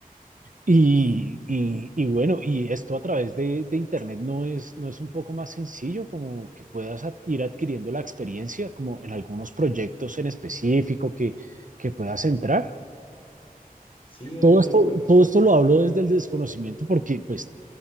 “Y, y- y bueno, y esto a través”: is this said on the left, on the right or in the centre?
Right